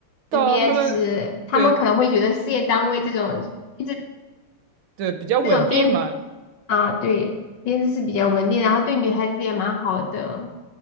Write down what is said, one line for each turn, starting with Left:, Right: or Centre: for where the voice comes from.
Right: 到他们，
Left: 身边，就是他们可能会觉得事业单位这种这
Right: 对对，比较稳定嘛，
Left: 这种编。啊，对，编制是比较稳定，然后对女孩子也蛮好的。